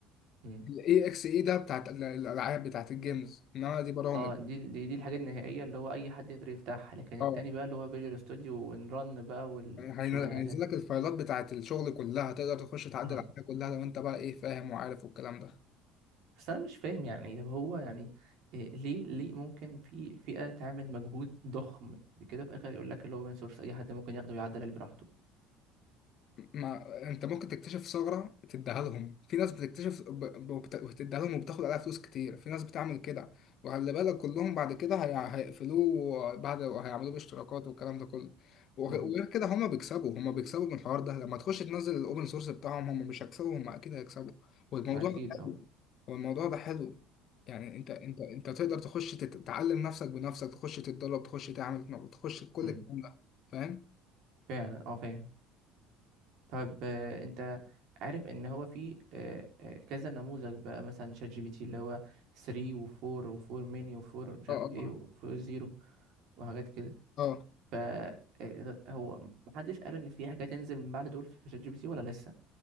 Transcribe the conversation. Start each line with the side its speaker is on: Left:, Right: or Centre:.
Right: مم.
Left: ال AXE ده بتاعت ال- الألعاب بتاعت الجيمز إنما دي برامج
Right: اه دي دي دي الحاجه النهائيه اللي هو اي حد يقدر يفتحها لكن التاني
Left: اه
Right: بقى اللي هو فيجوال ستوديو ونرن بقى وشوف
Left: هين-
Right: الحاجات
Left: هينزل
Right: دي
Left: لك الفايلات بتاعت الشغل كلها تقدر تخش تعدل
Right: اه
Left: عليها كلها لو أنت بقى إيه فاهم وعارف والكلام ده
Right: بس انا مش فاهم يعني طب هو يعني إيه ليه ليه ممكن في فئة تعمل مجهود ضخم بكده في الاخر يقول لك اللي هو open source اي حد ممكن ياخده ويعدل عليه براحته
Left: ما انت ممكن تكتشف ثغرة تديها لهم في ناس بتكتشف ب... ب... وبت- وتديها لهم وبتاخد عليها فلوس كتير في ناس بتعمل كده وخلي بالك كلهم بعد كده هي... هيقفلوه بعد وهيعملوه باشتراكات والكلام ده كله وغ-
Right: امم
Left: وغير كده هما بيكسبوا هما بيكسبوا من الحوار ده لما تخش تنزل الاوبن سورس بتاعهم هما مش هيكسبوا هما اكيد هيكسبوا والموضوع
Right: ما اكيد
Left: ده
Right: اه
Left: حلو هو الموضوع ده حلو يعني انت انت انت تقدر تخش تت- تتعلم نفسك بنفسك تخش تتدرب تخش تعمل تخش كل
Right: امم
Left: الكلام ده فاهم
Right: فعلا اه فاهم طيب آه، انت عارف ان هو في آه، آه، كذا نموذج بقى مثلا شات جي بي تي اللي هو 3 و4 و4 ميني و4 مش
Left: اه
Right: عارف
Left: اه
Right: ايه و4 زيرو وحاجات كده
Left: اه اه
Right: ف آه، هو محدش قال ان في حاجة تنزل من بعد دول في شات جي بي تي ولا لسه